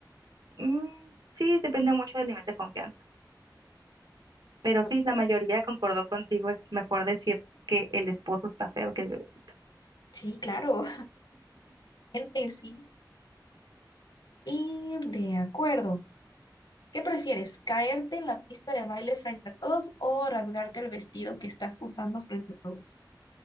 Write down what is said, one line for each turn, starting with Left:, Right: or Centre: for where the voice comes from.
Right: mm, sí, depende mucho del nivel de confianza.
Left: <laughs>
Right: Pero sí, la mayoría concordó contigo, es mejor decir que el esposo está feo que el bebecito.
Left: Sí, claro, gente, sí. Y de acuerdo. ¿Qué prefieres? ¿Caerte en la pista de baile frente a todos o rasgarte el vestido que estás usando frente a todos?